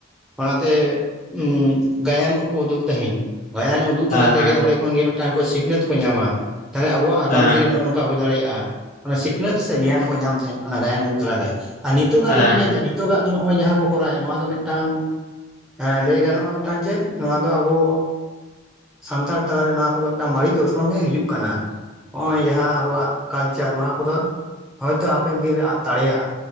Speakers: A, in the centre; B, on the left (about 40°).
A: ᱚᱱᱟᱛᱮ ᱩᱸ ᱜᱟᱭᱟᱱ ᱠᱚᱠᱚ ᱩᱫᱩᱜ ᱛᱟᱦᱮᱱ᱾ ᱜᱟᱭᱟᱱ ᱩᱫᱩᱜ
B: ᱦᱮᱸ
A: ᱛᱟᱞᱟ ᱛᱮᱜᱮ
B: ᱦᱮᱸ
A: ᱚᱸᱰᱮ ᱠᱷᱚᱱ ᱜᱮ ᱢᱤᱫ ᱢᱤᱫᱴᱟᱝ ᱠᱚ ᱥᱤᱠᱷᱱᱟᱹᱛ ᱠᱚ ᱧᱟᱢᱟ, ᱛᱟᱦᱚᱞᱮ ᱟᱵᱚᱣᱟᱜ ᱟᱜᱟᱢ
B: ᱦᱮᱸ
A: ᱫᱤᱱ ᱨᱮ ᱱᱚᱜᱼᱚ ᱚᱱᱠᱟ ᱦᱩᱭ ᱫᱟᱲᱮᱭᱟᱜᱼᱟ᱾ ᱚᱱᱟ ᱥᱤᱠᱷᱱᱟᱹᱛ ᱥᱮ ᱜᱮᱭᱟᱱ ᱠᱚ ᱧᱟᱢ ᱛᱟᱦᱮᱸᱫ ᱚᱱᱟ ᱜᱟᱭᱟᱱ ᱦᱩᱭᱩᱜ ᱛᱟᱞᱟᱛᱮ᱾ ᱟᱨ ᱱᱤᱛᱚᱜᱟᱜ
B: ᱦᱮᱸ
A: ᱨᱮᱵᱤᱱ ᱧᱮᱞᱮᱫᱼᱟ ᱱᱤᱛᱚᱜᱟᱜ ᱫᱚ ᱱᱚᱜᱼᱚᱭ ᱡᱟᱦᱟᱸ ᱠᱚ ᱠᱚᱨᱟᱣᱮᱫ ᱱᱚᱣᱟ ᱫᱚ ᱢᱤᱫ ᱢᱤᱫᱴᱟᱝ ᱦᱮᱸ ᱞᱟᱹᱭ ᱜᱟᱱᱚᱜᱼᱟ ᱢᱤᱫᱴᱟᱝ ᱪᱮᱫ, ᱱᱚᱣᱟ ᱫᱚ ᱟᱵᱚ ᱥᱟᱱᱛᱟᱲ ᱛᱟᱞᱟᱨᱮ ᱱᱚᱣᱟ ᱠᱚᱫᱚ ᱢᱤᱫᱴᱟᱱ ᱵᱟᱹᱲᱤᱡ ᱚᱨᱥᱚᱝ ᱜᱮ ᱦᱤᱡᱩᱜ ᱠᱟᱱᱟ᱾ ᱱᱚᱜᱼᱚᱭ ᱡᱟᱦᱟᱸ ᱟᱵᱚᱣᱟᱜ ᱠᱟᱞᱪᱟᱨ, ᱱᱚᱣᱟ ᱠᱚᱫᱚ ᱦᱚᱭᱛᱳ ᱦᱟᱯᱮᱱ ᱫᱤᱱᱨᱮ ᱟᱫ ᱫᱟᱲᱮᱭᱟᱜᱼᱟ᱾